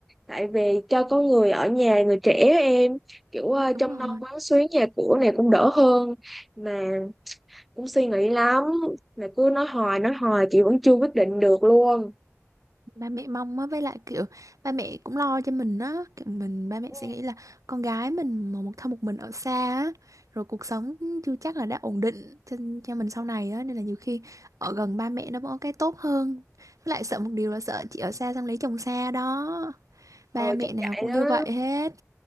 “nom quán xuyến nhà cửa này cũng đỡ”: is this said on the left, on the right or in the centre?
Centre